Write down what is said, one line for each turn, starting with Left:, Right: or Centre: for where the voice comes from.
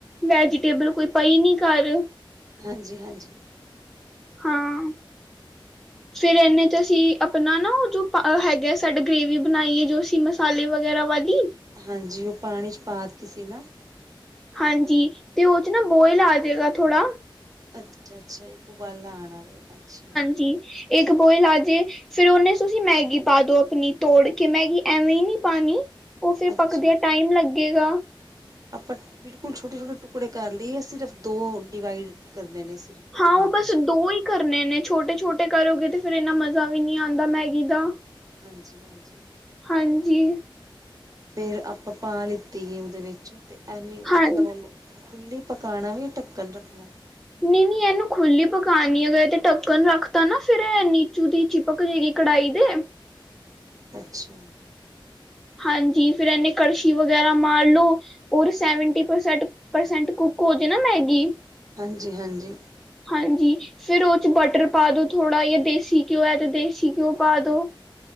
Centre: ਵੈਜੀਟੇਬਲ ਕੋਈ ਪਈ ਨੀ ਘਰ
Right: ਹਾਂਜੀ ਹਾਂਜੀ
Centre: ਹਾਂ ਫਿਰ ਇਹਨੇ ਚ ਅਸੀਂ ਆਪਣਾ ਨਾ ਉਹ ਜੋ ਹੈਗਾ ਸਾਡੇ ਗ੍ਰੇਵੀ ਬਣਾਈਏ ਜੋ ਅਸੀਂ ਮਸਾਲੇ ਵਗੈਰਾ ਵਾਲੀ
Right: ਹਾਂਜੀ ਉਹ ਪਾਣੀ 'ਚ ਪਾ ਦਿੱਤੀ ਸੀ ਨਾ
Centre: ਹਾਂਜੀ ਤੇ ਉਹ ਚ ਨਾ ਬੋਇਲ ਆ ਜਾਏਗਾ ਥੋੜ੍ਹਾ
Right: ਅੱਛਾ ਅੱਛਾ ਇਹ ਉਬਾਲਾ ਆਣਾ ਵ ਅੱਛਾ
Centre: ਜੀ ਇੱਕ ਬੋਇਲ ਆ ਜੇ ਫਿਰ ਉਹਨੇ ਤੁਸੀਂ ਮੈਗੀ ਪਾ ਦੋ ਆਪਣੀ ਤੋੜ ਕੇ ਮੈਗੀ ਐਵੇਂ ਹੀ ਨਹੀਂ ਪਾਉਣੀ ਉਹ ਫਿਰ
Right: ਅੱਛਾ
Centre: ਪੱਕਦਿਆਂ ਟਾਈਮ ਲੱਗੇਗਾ।
Right: ਆਪਾਂ ਬਿਲਕੁਲ ਛੋਟੇ ਛੋਟੇ ਟੁਕੜੇ ਕਰ ਲਈਏ, ਸਿਰਫ ਦੋ ਡਿਵਾਈਡ ਕਰਨੇ ਨੇ ਸਿਰਫ ਦੋ
Centre: ਹਾਂ
Right: ਭਾਗ
Centre: ਉਹ ਬਸ
Right: 'ਚ
Centre: ਦੋ ਹੀ ਕਰਨੇ ਨੇ ਛੋਟੇ ਛੋਟੇ ਕਰੋਗੇ ਤੇ, ਫੇਿਰ ਇੰਨਾ ਮਜ਼ਾ ਵੀ ਨਹੀਂੀ ਆਉਂਦਾ ਮੈਗੀ ਦਾ।
Right: ਹਾਂਜੀ ਹਾਂਜੀ।
Centre: ਹਾਂਜੀ।
Right: ਫੇਿਰ ਆਪਾਂ ਪਾਣੀ ਤੇਲ ਦੇ ਵਿਚ ਤੇ, ਐਨੀ
Centre: ਹਾਂ
Right: ਮਤਲਬ ਉਹਨੂੰ। ਖੁੱਲੀ ਪਕਾਉਣਾ ਵੀ ਢੱਕਣ ਰੱਖਣਾ
Centre: ਨਹੀਂ ਨਹੀਂ ਇਹਨੂੰ ਖੁੱਲੀ ਪਕਾਨੀ ਅਗਰ ਇਹ ਤੇ ਢੱਕਣ ਰੱਖਤਾ ਨਾ ਫੇਿਰ ਨੀਚੂ ਦੀ ਚੀਪਕ ਜਗੀ ਕੜਇ ਦੇ
Right: ਅੱਛਾ
Centre: ਹਾਂਜੀ ਫੇਿਰ ਇਹਨੇ ਕੜਛੀ ਵਗੈਰਾ ਮਾਰ ਲੋ ਹੋਰ ਸੈਵਨਟੀਸ ਪਰਸੈਂਟ ਕੁੱਕ ਹੋ ਜਾੇ ਨਾ ਮੈਗੀ
Right: ਹਾਂਜੀ ਹਾਂਜੀ
Centre: ਹਾਂਜੀ ਫਿਰ ਉਹ ਚ ਬਟਰ ਪਾ ਦੋ ਥੋੜ੍ਹਾ ਜ ਦੇਸੀ ਘਿਓ ਹੈ ਤੇ ਦੇਸੀ ਘਿਓ ਪਾ ਦੋ